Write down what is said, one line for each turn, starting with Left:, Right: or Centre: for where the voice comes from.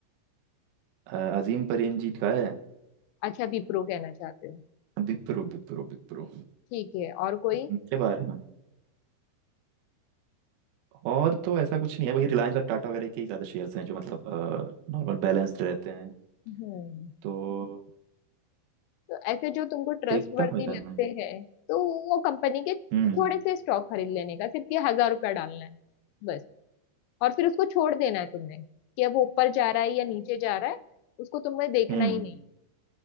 Right: अ, अजीम प्रेम जी का है
Left: अच्छा विप्रो कहना चाहते हो
Right: विप्रो विप्रो विप्रो
Left: ठीक है और कोई
Right: उनके बारे में और तो ऐसा कुछ नहीं है वही रिलायंस और टाटा वगैरह के ही ज्यादा शेयर्स हैं जो मतलब नॉर्मल बैलेंस्ड रहते हैं
Left: हम्म
Right: तो
Left: तो ऐसे जो तुमको ट्रस्टवर्दी
Right: देखता हूँ यार
Left: लगते
Right: मैं
Left: हैं तो वो कंपनी के
Right: हम्म
Left: थोड़े से स्टॉक खरीद लेने का सिर्फ ये हजार रुपया डालना है बस और फिर उसको छोड़ देना है तुम्हें कि अब वो ऊपर जा रहा है या नीचे जा रहा है उसको तुम्हें देखना
Right: हम्म
Left: ही नहीं